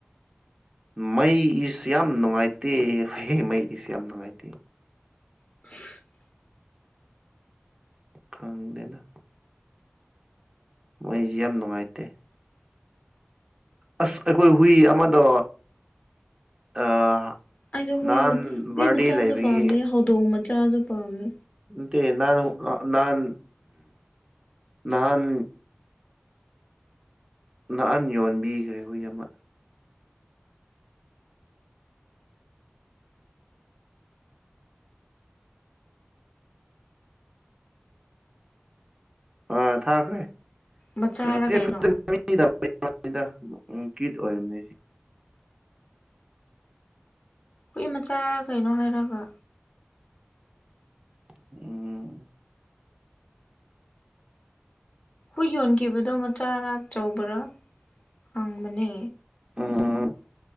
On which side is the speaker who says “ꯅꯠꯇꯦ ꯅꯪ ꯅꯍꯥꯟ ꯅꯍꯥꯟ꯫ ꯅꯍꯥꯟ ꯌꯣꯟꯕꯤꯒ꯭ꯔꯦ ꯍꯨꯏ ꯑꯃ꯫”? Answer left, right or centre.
Right